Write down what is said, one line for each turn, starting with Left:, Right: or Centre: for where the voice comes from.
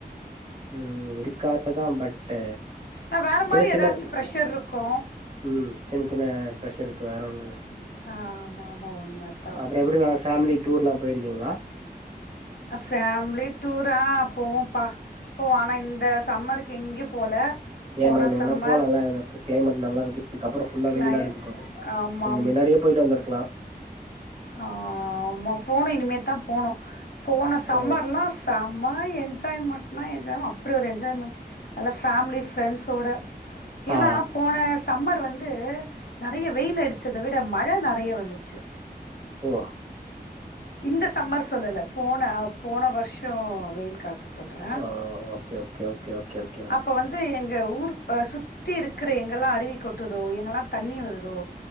Right: ம் இருக்காதுதா பட்
Left: ஆனா வேற மாதிரி
Right: சின்ன
Left: ஏதாச்சு
Right: சின்ன
Left: ப்ரெஷர் இருக்கு
Right: ம் சின்ன சின்ன ப்ரெஷ்சர் இருக்கு வேற ஒன்னு இல்ல
Left: ஆ ஆமா ஆமா உண்மதா
Right: அப்றோ எப்டி மேம் ஃபேமிலி டூர் எல்லா போயிருக்கீங்களா
Left: ஃபேமிலி டூரா அ போவோம்ப்பா போவொ ஆனா இந்த சம்மருக்கு எங்கயு போல
Right: ஏ
Left: போன
Right: மேம் எங்கனாலு
Left: சம்மர்
Right: போலால்ல கிளைமெட் நல்லா இருக்கு இதுக்கப்றோ ஃபுல்லா
Left: கிளைம்
Right: வெயிலா அடிக்க போது
Left: ஆமா
Right: நீங்க முன்னாடியே போயிட்டு வந்திருக்கலா
Left: ஆமா போனு இனிமே தா போனு போன சம்மர்லா
Right: ஓ
Left: செம என்ஜாய்மென்ட்னா என்ஜாய்மெண்ட் அப் அப்டி ஒரு என்ஜாய்மெண்ட் நல்லா ஃபேமிலி ஃப்ரெண்ட்ஸோடு ஏன்னா
Right: ஆ
Left: போன சம்மர் வந்து வந்து நெறைய வெயில் அடிச்சத விட மழை நெறைய வந்துச்சு
Right: ஓ
Left: இந்த சம்மர் சொல்லல போன போன வருஷோ வெயில் காலத்தை சொல்கிறேன்
Right: ஆ okay okay okay okay okay ma'am
Left: இப்போ வந்து எங்கள் ஊர் சுத்தி இருக்கற எங்கல்லா அருவி கொட்டுதோ எங்கெல்லா தண்ணி வருதோ